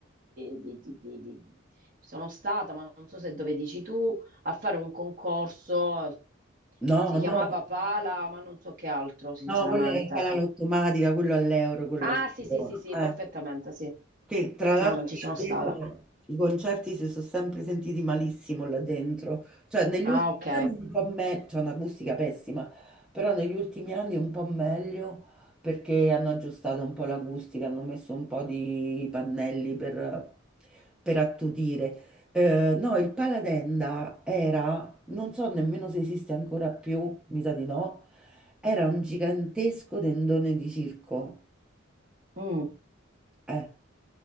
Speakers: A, on the right; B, in the centre.
A: di- di- di- di- Sono stata, ma non so se dove dici tu, a fare un concorso.
B: No,
A: Si chiamava
B: no,
A: Pala, ma non so che altro, sinceramente.
B: no, quella era in cala automatica, quello all'euro, quello
A: Ah, sì,
B: figo.
A: sì, sì, sì,
B: Eh.
A: perfettamente, sì.
B: Che tra l'altro
A: No, non ci sono
B: là dentro
A: stata.
B: i concerti si sono sempre sentiti malissimo là dentro, cioè negli
A: Ah,
B: ultimi
A: ok.
B: anni un po' meglio, c'è un'acustica pessima, però negli ultimi anni un po' meglio perché hanno aggiustato un po' l'acustica, hanno messo un po' di pannelli per, per attutire. Eh, no, il Paladenda era, non so nemmeno se esiste ancora più, mi sa di no, era un gigantesco tendone di circo
A: Mm,
B: eh.